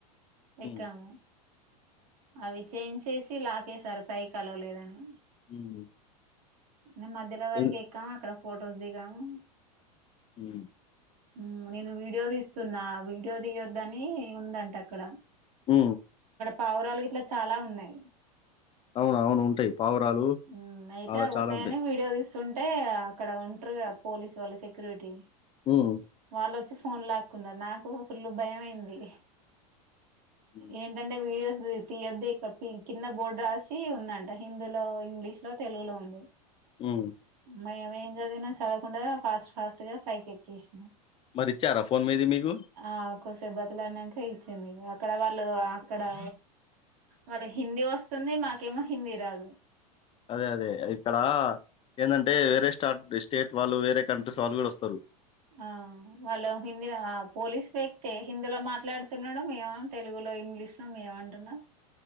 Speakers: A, on the left; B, on the right.
A: హ్మ్.
B: ఎక్యాము అవి చైన్సేసి లాకేశారు పైకలౌలేదని
A: హ్మ్.
B: మేమ్ మధ్యలో వరకే
A: ఎన్
B: ఎక్కాము అక్కడ ఫొటోస్ దిగాము
A: ఊ
B: ఊ నేను వీడియో దీస్తున్నా వీడియో దీయొద్దనీ ఉందంటక్కడ
A: ఉ
B: పావురాలు గిట్ల చాలా ఉన్నాయ్
A: అవును. అవును. ఉంటాయి. పావురాలు
B: ఊ అయితే
A: అలా
B: అవ్వూన్నాయనే
A: చాలా ఉంటాయి.
B: వీడియో దీస్ స్తుంటే అక్కడ ఉంట్రు గా పోలీస్ వాళ్ళు సెక్రూటి
A: హ్మ్.
B: వాళ్ళొచ్చి ఫోన్ లాక్ న్నారు నాకు ఫుల్లు భయమైంది
A: హ్మ్.
B: ఏంటంటే వీడియోస్ దీ తియ్యొద్దే ఇక్కడ్ కింద బోడ్ రాసి ఉందంట హిందీలో ఇంగ్లీష్ లో తెలుగులో ఉంది
A: హ్మ్.
B: మయ్యమేం జదివినాం సదవకుండనె ఫాస్ట్ ఫాస్టు గా పైకి ఎక్కేస్నాం
A: మరి ఇచ్చారా ఫోన్ మీది మీకు
B: ఆ కొస్సేప్ బతిలాన్నంక ఇచ్చింది ఇంగ అక్కడ వాళ్ళు అక్కడా వాళ్ళకి
A: హ్మ్.
B: హిందీ వొస్తుంది మాకేమో హిందీ రాదు
A: అదే అదే ఇక్కడా ఏందంటే వేరే స్టార్ట్ స్టేట్ వాళ్ళు వేరే కంట్రీస్ వాళ్ళు గూడొస్తారు
B: ఆ వాళ్ళు హిందీరొవా పోలీస్ వ్యక్తే హిందీలో మాట్లాడుతున్నాడు మేమేమ్ తెలుగులో ఇంగ్లీష్ <unintelligible> ఏమంటున్నావ్